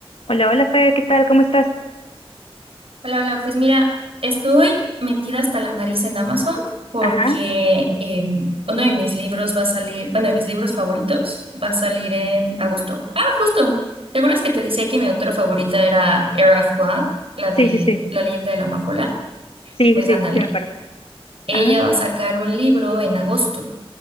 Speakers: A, on the left; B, on the right.
A: Hola, hola, Fer, ¿qué tal? ¿Cómo estás?
B: Hola, hola, pues mira, estoy metida hasta la nariz en Amazon porque
A: Ajá,
B: eh, uno de mis libros va a salir, bueno, de mis libros favoritos va a salir en agosto. Ah, justo. ¿Te acuerdas que te decía que mi autora favorita era Era Flag, la de
A: sí, sí, sí,
B: La leyenda de la amapola?
A: sí,
B: Pues
A: sí, sí,
B: ándale,
A: sí, me acuerdo.
B: ella
A: Ah,
B: va a sacar un libro en agosto,